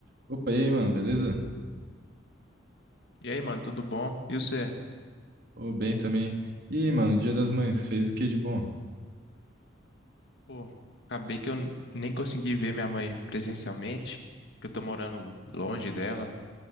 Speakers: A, on the right; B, on the left.
A: Opa, e aí, mano, beleza?
B: E aí, mano, tudo bom? E você?
A: Ô, bem também. E mano, Dia das Mães, fez o que de bom?
B: Pô, acabei que eu n- nem consegui ver minha mãe presencialmente, que eu tô morando longe dela.